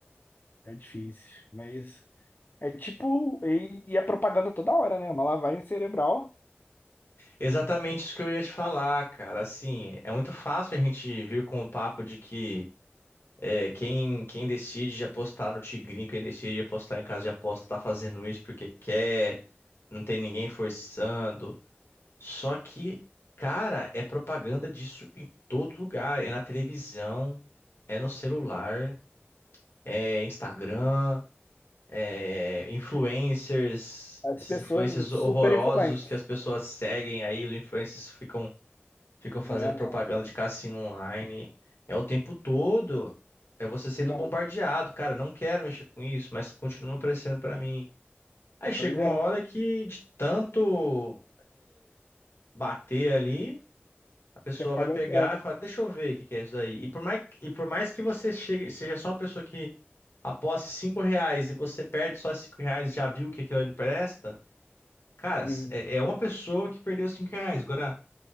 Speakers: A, on the left; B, on the left.
A: É difícil. Mas É tipo, e, e é propaganda toda hora, né? Uma lavagem cerebral
B: Exatamente isso que eu ia te falar, cara. Assim, é muito fácil a gente vir com o papo de que É, quem, quem decide de apostar no Tigrinho, quem decide de apostar em casa de aposta, tá fazendo isso porque quer, não tem ninguém forçando. Só que, cara, é propaganda disso em todo lugar. É na televisão, é no celular, é Instagram, é influencers,
A: as
B: esses
A: pessoas
B: influencers horrorosos
A: super influentes.
B: que as pessoas seguem aí, os influencers ficam Ficam fazendo
A: Não,
B: propaganda de cassino online. É o tempo todo. É você sendo
A: não.
B: bombardeado. Cara, não quero mexer com isso, mas continua aparecendo pra mim. Aí chega
A: Pois
B: uma
A: é,
B: hora que, de tanto bater ali, a pessoa
A: você acaba
B: vai pegar
A: entrando.
B: e fala, deixa eu ver o que que é isso daí. E por mais, e por mais que você chegue, seja só uma pessoa que aposte 5 reais e você perde só 5 reais, já viu que aquilo ali não presta, cara,
A: Uhum.
B: é, é uma pessoa que perdeu 5 reais. Agora.